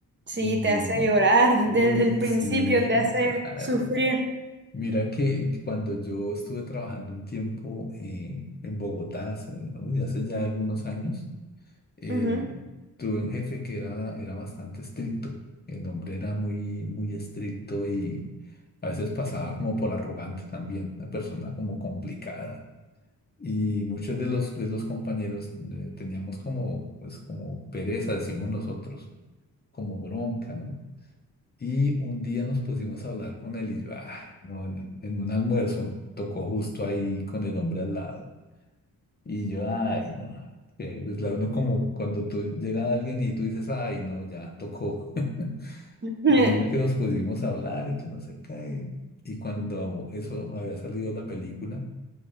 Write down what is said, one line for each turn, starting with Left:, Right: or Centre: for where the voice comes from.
Right: Sí,
Left: Y,
Right: te hace llorar,
Left: uy,
Right: desde el principio
Left: sí,
Right: te hace
Left: claro.
Right: sufrir.
Left: Mira que cuando yo estuve trabajando un tiempo en, en Bogotá, hace, uy, hace ya algunos años, eh,
Right: Ujú.
Left: tuve un jefe que era, era bastante estricto. El hombre era muy, muy estricto y a veces pasaba como por arrogante también, una persona como complicada. Y muchos de los, de los compañeros eh, teníamos como, pues, como pereza, decimos nosotros, como bronca, ¿no? Y un día nos pusimos a hablar con él y yo, ay, no, en en un almuerzo, tocó justo ahí con el hombre al lado. Y yo, ay, no. que, pues la uno como cuando tú llega alguien y tú dices, ay, no, ya tocó. <laughs>
Right: <laughs>
Left: Y mira que nos pusimos a hablar y que no sé qué. Y cuando eso había salido la película